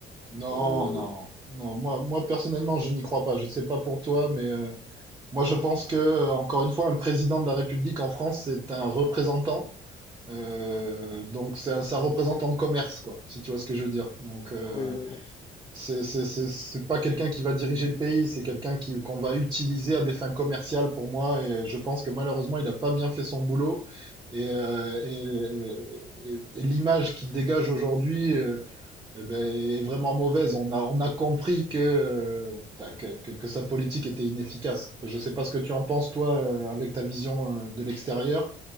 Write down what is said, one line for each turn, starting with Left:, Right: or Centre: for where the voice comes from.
Right: Non,
Left: Euh,
Right: non, non, moi, moi, personnellement, je n'y crois pas. Je sais pas pour toi, mais euh, moi, je pense que, euh, encore une fois, un président de la République en France, c'est un représentant. Euh, donc c'est un, c'est un représentant de commerce, quoi, si tu vois ce que je veux dire. Donc, euh,
Left: oui, je vois.
Right: C'est, c'est, c'est, c'est pas quelqu'un qui va diriger le pays, c'est quelqu'un qui, qu'on va utiliser à des fins commerciales pour moi. Et je pense que malheureusement, il n'a pas bien fait son boulot. Et, euh, et, et- et l'image qu'il dégage aujourd'hui euh, eh ben, est vraiment mauvaise. On a, on a compris que, euh, bah, que, que, que sa politique était inefficace. Enfin, je sais pas ce que tu en penses, toi, euh, avec ta vision euh, de l'extérieur,